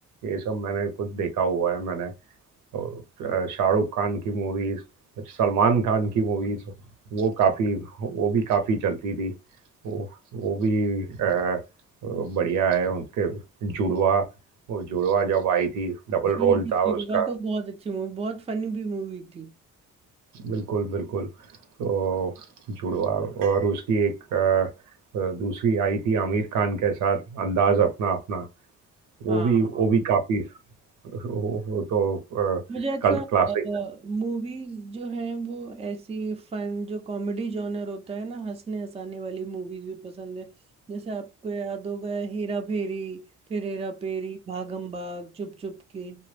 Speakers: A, on the right (about 75°); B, on the right (about 20°).
A: ये सब मैंने खुद देखा हुआ है मैंने और शाहरुख खान की मूवीज सलमान खान की मूवीज वो काफ़ी वो भी काफ़ी चलती थी वो वो भी आ, बढ़िया है उनके जुड़वा वो जुड़वा जब आई थी डबल
B: जी
A: रोल
B: जी
A: था
B: दुर्गा
A: उसका
B: तो बहुत अच्छी मूवी बहुत फनी भी मूवी थी
A: बिल्कुल बिल्कुल तो जुड़वा और उसकी एक आ, दूसरी आई थी आमिर खान के साथ अंदाज अपना अपना वो
B: हाँ
A: भी वो भी काफ़ी वो वो तो आ,
B: मुझे अच्छा
A: कल क्लासिक
B: मूवीज जो हैं वो ऐसी फन जो कॉमेडी जॉनर होता है ना हंसने हंसाने वाली मूवीज भी पसंद है जैसे आपको याद होगा हेरा फेरी फिर हेरा फेरी भागम भाग चुप चुप के